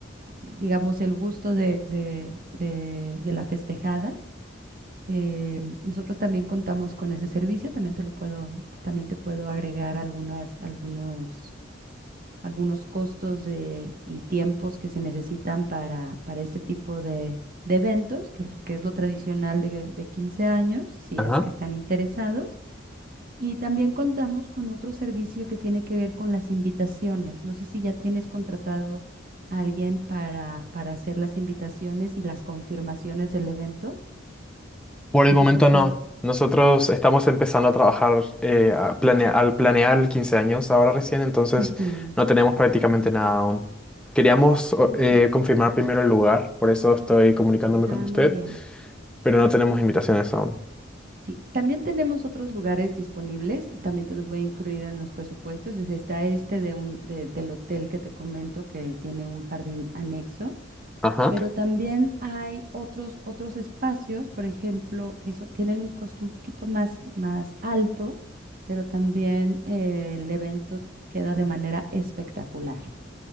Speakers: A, on the right; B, in the centre.
A: digamos, el gusto de, de- de- de la festejada. Eh, nosotros también contamos con ese servicio, también te lo puedo, también te puedo agregar algunas, algunos, algunos costos de, y tiempos que se necesitan para, para este tipo de, de eventos, que, que es lo tradicional de, de 15 años, si
B: Ajá.
A: es que están interesados. Y también contamos con otro servicio que tiene que ver con las invitaciones. No sé si ya tienes contratado a alguien para, para hacer las invitaciones y las confirmaciones del evento.
B: Por el
A: Nosotros
B: momento
A: también...
B: no. Nosotros estamos empezando a trabajar eh, a plane- al planear 15 años ahora recién, entonces
A: Ujú.
B: no tenemos prácticamente nada aún. Queríamos
A: Sí.
B: o- eh, confirmar primero el lugar, por eso estoy comunicándome
A: Ah,
B: con usted,
A: muy bien.
B: pero no tenemos invitaciones aún.
A: Sí, también tenemos otros lugares disponibles, también te los voy a incluir en los presupuestos. es- Está este de un, de- del hotel que te comento que tiene un jardín anexo.
B: Ajá.
A: pero también hay otros, otros espacios, por ejemplo, que so- tienen un costo un poquito más, más alto, pero también eh, el evento queda de manera espectacular.